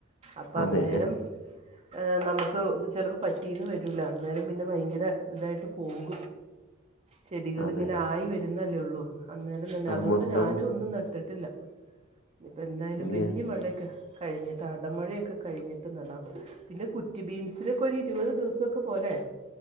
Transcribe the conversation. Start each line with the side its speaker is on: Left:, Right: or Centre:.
Right: അപ്പ
Left: അതെ
Right: അന്നേരം ഏ നമുക്ക് ചെലപ്പോ പറ്റീന്ന് വരൂല്ല ന്നാലും പിന്നെ ഭയങ്കര തായിട്ട് പോകും ചെടികൾങനെ
Left: അതെ
Right: ആയിവരുന്നല്ലേ ഉള്ളൂ അന്നേരം തന്നെ
Left: ആ
Right: അതുകൊണ്ട്
Left: മൊത്തം
Right: ഞാനും ഒന്നും നട്ടിട്ടില്ല ഇപ്പോ എന്തായാലും
Left: ഇനി
Right: വല്യ മഴയൊക്കെ കഴിഞ്ഞിത ടമഴയൊക്കെ കഴിഞ്ഞിട്ട് നടാംപോ പിന്നെ കുറ്റി ബീൻസിനൊക്കെ ഒരു ഇരുപത് ദിവസം ക്കെ പോരെ